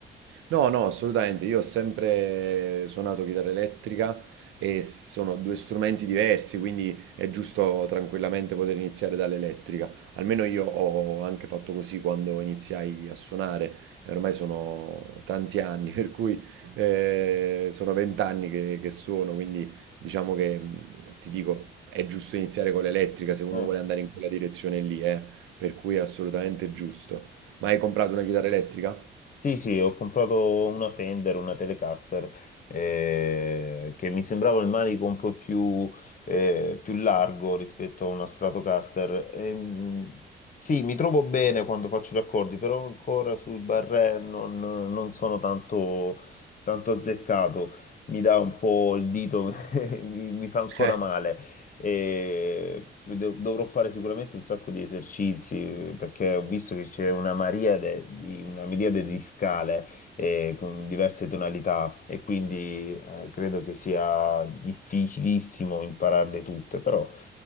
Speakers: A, on the right (about 85°); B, on the left (about 40°).
A: No, no, assolutamente. Io ho sempre suonato chitarra elettrica e sono due strumenti diversi, quindi è giusto tranquillamente poter iniziare dall'elettrica. Almeno io ho anche fatto così quando iniziai a suonare. e Ormai sono tanti anni, <laughs> per cui eh, sono vent'anni che, che suono, quindi diciamo che mh, ti dico, è giusto iniziare con l'elettrica se uno
B: Eh.
A: vuole andare in quella direzione lì, eh. Per cui è assolutamente giusto. Ma hai comprato una chitarra elettrica?
B: Sì, sì, ho comprato una Fender, una Telecaster, eh, che mi sembrava il manico un po' più, eh, più largo rispetto a una Stratocaster. Ehm, sì, mi trovo bene quando faccio gli accordi, però ancora sul barré non, non sono tanto, tanto azzeccato. Mi dà un po' il dito, <laughs> mi mi fa ancora
A: <laughs>
B: male. E dov- dovrò fare sicuramente un sacco di esercizi perché ho visto che c'è una miriade di, una miriade di scale eh, con diverse tonalità e quindi eh, credo che sia difficilissimo impararle tutte, però